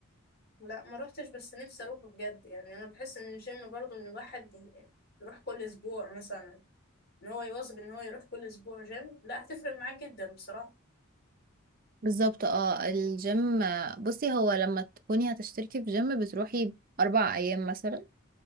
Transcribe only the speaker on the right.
بالظبط اه الجيم بصي هو لما تكوني هتشتركي في جيم بتروحي اربع ايام مثلا